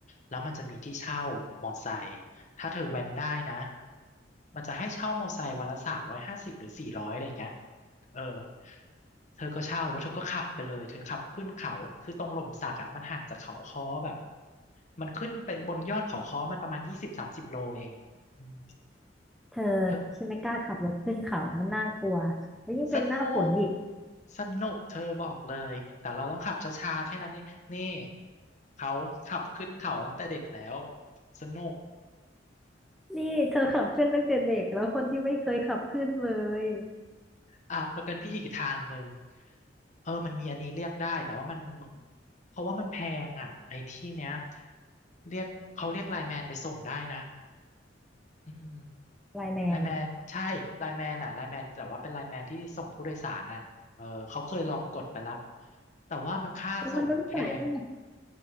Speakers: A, on the left; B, in the centre.
A: แล้วมันจะมีที่เช่ามอไซค์ ถ้าเธอแว้นได้นะ มันจะให้เช่ามอไซค์วันละสามร้อยห้าสิบหรือสี่ร้อยอะไรอย่างเงี้ยเออเธอก็เช่าแล้วเธอก็ขับไปเลย เธอขับขึ้นเขา คือตรงหล่มสักอ่ะมันห่างจากเขาค้อแบบมันขึ้นไปบนยอดเขาค้อมันประมาณยี่สิบสามสิบโลเองอืม
B: เธอ
A: เธอ
B: ฉันไม่กล้าขับรถขึ้นเขามันน่ากลัวแล้วยิ่งเป็นหน้าฝนอีก
A: สนุกสนุก เธอบอกเลย แต่เราต้องขับช้าๆแค่นั้นเองนี่เขาขับขึ้นเขาตั้งแต่เด็กแล้ว สนุก
B: นี่เธอขับขึ้นตั้งแต่เด็กแล้วคนที่ไม่เคยขับขึ้นเลย
A: อ่ะแล้วกันพี่อีกทางหนึ่งเออมันมีอันนี้เรียกได้แต่ว่ามันเพราะว่ามันแพงอ่ะไอ้ที่เนี้ยเรียกเขาเรียกไลน์แมนไปส่งได้นะอืม
B: ไลน์แมน
A: ไลน์แมนใช่ไลน์แมนอ่ะไลน์แมนแต่ว่าเป็นไลน์แมนที่ส่งผู้โดยสารน่ะเออเขาเคยลองกดไปละแต่ว่ามันค่าส่งมันแพง
B: แล้วมันต้องจ่ายเท่าไหร่